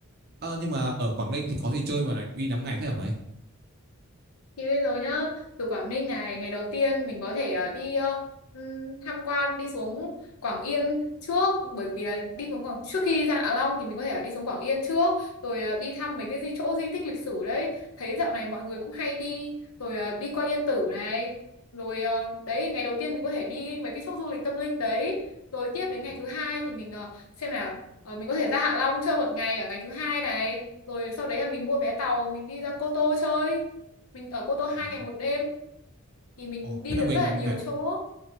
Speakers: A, on the right; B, on the left.
A: Ờ, nhưng mà ở Quảng Ninh thì có gì chơi mà lại đi 5 ngày thế hả mày
B: Thì bây giờ nhá, từ Quảng Ninh này, ngày đầu tiên mình có thể ờ, đi ờ, ừm, tham quan đi xuống Quảng Yên trước bởi vì là đi xuống Quảng trước khi ra Hạ Long thì mình có thể là đi xuống Quảng Yên trước rồi ờ, đi thăm mấy cái di chỗ di tích lịch sử đấy. Thấy dạo này mọi người cũng hay đi rồi ờ, đi qua Yên Tử này. Rồi ờ, đấy ngày đầu tiên mình có thể đi mấy cái chỗ du lịch tâm linh đấy. Rồi tiếp đến ngày
A: Ừ.
B: thứ hai thì mình ờ, xem nào ờ, mình có thể ra Hạ Long chơi một ngày ở ngày thứ hai này. Rồi sau đấy là mình mua vé tàu mình đi ra Cô Tô chơi mình ở Cô Tô hai
A: Ồ,
B: ngày một đêm thì mình
A: Ồ,
B: đi
A: thế là
B: được
A: mình
B: rất là nhiều
A: phải,
B: chỗ.